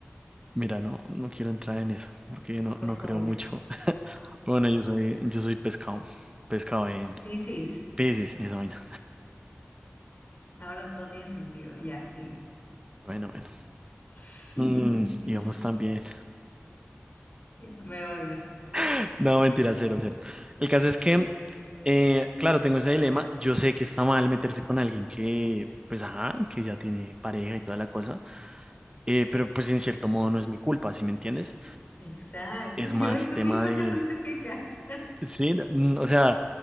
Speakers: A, on the right; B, on the left.
A: mira, no, no quiero entrar en eso, porque no,
B: Por
A: no creo
B: favor.
A: mucho Bueno, yo soy, yo soy pescado, pescado de
B: Piscis.
A: peces, esa vaina.
B: Ahora todo tiene sentido. Ya, sí.
A: Bueno, bueno,
B: <laughs>
A: Mm, íbamos tan bien.
B: Ya, me odia.
A: <laughs> No, mentira, cero, cero. El caso es que, eh, claro, tengo ese dilema. Yo sé que está mal meterse con alguien que, pues, ajá, que ya tiene pareja y toda la cosa, eh, pero pues en cierto modo no es mi culpa, ¿sí me entiendes?
B: Exacto.
A: Es más
B: <laughs> Ya ves, tú
A: tema
B: misma
A: de,
B: te justificas. <laughs>
A: sí, mm, o sea,